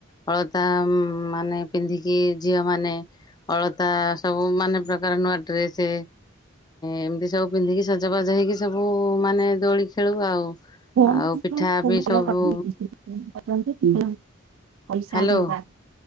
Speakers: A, on the left; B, on the right.
A: ହଳତା ମାନେ ପିନ୍ଧିକି ଝିଅ ମାନେ ଅଳତା ସବୁ ମାନ ପ୍ରକାର ନୂଆ ଡ୍ରେସ ସେ ଏମିତି ସବୁ ପିନ୍ଧିକି ସଜାବାଜ ହେଇକି ସବୁ ମାନେ ଦୋଳି ଖେଳୁ ଆଉ
B: <unintelligible>
A: ଆଉ ପିଠା ବି ସବୁ
B: ପଇସା
A: ହ୍ୟାଲୋ
B: ଜୋରଦାର